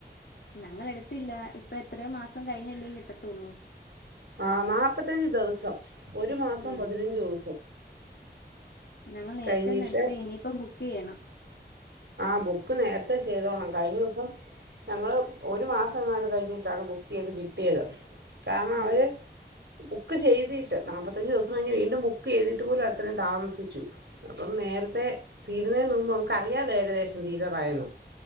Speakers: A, on the left; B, on the right.
A: ഞങ്ങൾ എടുത്തില്ല ഇപ്പ എത്രയോ മാസം കഴിഞ്ഞല്ലേ കിട്ടത്തുള്ളൂ
B: ആ നാപ്പത്തഞ്ച് ദിവസം ഒരു മാസം
A: ഉം
B: പതിനഞ്ച് ദിവസും
A: ഞങ്ങൾ നേരത്തെന്നടുത്ത്
B: കഴിഞ്ഞിട്ട്
A: ഇനിയിപ്പ ബുക്ക് ചെയ്യണം
B: ആ ബുക്ക് നേരത്തെ ചെയ്തോണം കഴിഞ്ഞ ദിവസം ഞങ്ങള് ഒരു മാസങ്ങാണ്ട് കഴിഞ്ഞിട്ടാണ് ബുക്ക് ചെയ്ത് കിട്ടിയത് കാരണം
A: ഉം
B: അവര് ബുക്ക് ചെയ്തിട്ട് നാപ്പത്തഞ്ചിസം വീണ്ടും ബുക്കെയ്തിട്ട് പോലും അത്രെം താമസിച്ചു അപ്പം നേരത്തെ തീരുന്നേന് നുമ്പ് നമുക്ക്റിയാല്ലോ ഏകദേശം തീരാറയന്ന്